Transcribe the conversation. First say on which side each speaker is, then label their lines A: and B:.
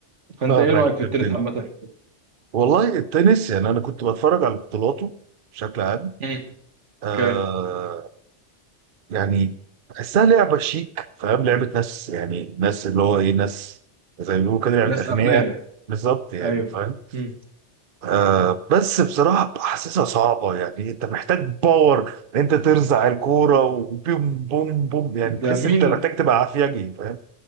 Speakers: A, on the right (about 75°); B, on the right (about 55°).
A: فانت
B: فاهمك
A: ايه رأيك في التنس
B: التاني
A: عامة؟
B: والله التنس يعني انا كنت بتفرج على بطولاته بشكل عام
A: مم.
B: آه
A: اوكي
B: يعني بحسها لعبه شيك فاهم لعبه ناس يعني ناس اللي هو ايه ناس زي ما بيقولوا كده لعبه
A: ناس
B: اغنياء
A: اغنياء
B: بالظبط يعني
A: ايوه
B: فاهم
A: مم.
B: آه بس بصراحة حاسسها صعبة يعني انت محتاج باور ان انت ترزع الكورة وبوم بوم بوم يعني تحس
A: ده مين
B: انت محتاج تبقى عافيجي فاهم